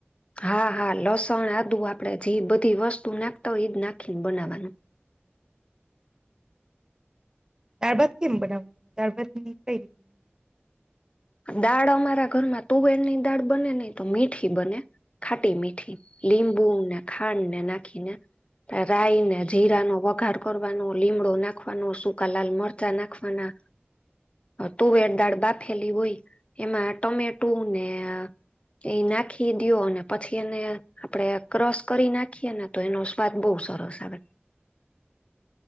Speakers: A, on the left; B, on the right.
A: હા હા લસણ આદુ આપડે જે બધી વસ્તુ નાખતા હોય એ જ નાખીને બનાવાનું.
B: દાળ ભાત કેમ બનાવો દાળ ભાત ની કઈ રીતે. બનાવો?
A: દાળ અમારા ઘરમાં તુવેરની દાળ બને નહી તો મીઠી બને ખાટી મી લીમ્બુ ને ખાંડ ને નાખીને. રાઈ ને જીરા નો વઘાર કરવાનો લીમડો નાખવાનો સૂકા લાલ મરચા નાખવાના.
B: <inaudible>
A: તુવેર દાળ બાફેલી હોય એમાં ટમેટું ને. એ નાખી દ્યો અને પછી એને આપડે ક્રોસ કરી નાખીએ ને. તો એનો સ્વાદ બહુ સરસ આવે
B: <inaudible>